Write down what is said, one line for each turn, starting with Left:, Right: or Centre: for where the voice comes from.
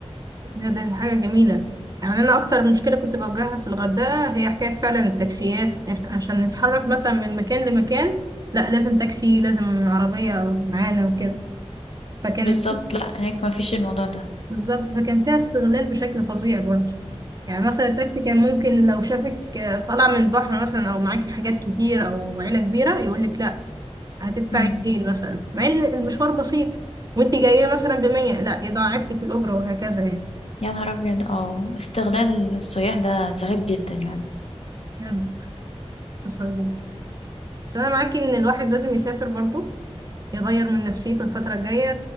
Right: بجد دي حاجة جميلة يعني أنا أكتر مشكلة كنت بواجهها في الغردقة هي حكاية فعلا التاكسيات إح- عشان نتحرك مثلا من مكان لمكان لا لازم تاكسي لازم عربية معانا وكده فكانت
Left: بالظبط لا هناك ما فيش الموضوع ده
Right: بالظبط فكان فيها استغلال بشكل فظيع برضه يعني مثلا التاكسي كان ممكن لو شافك آه، طالع من البحر مثلا او معاكي حاجات كتير او عيلة كبيرة يقول لك لا هتدفعي
Left: امم
Right: 200 مثلا مع ان المشوار بسيط وانت جاية مثلا ب 100 لا يضاعف لك الأجرة وهكذا يعني
Left: يا نهار ابيض اه استغلال السياح ده سخيف جدا يعني
Right: بجد خسارة جدا بس انا معاكي ان الواحد لازم يسافر برضه يغير من نفسيته الفترة الجاية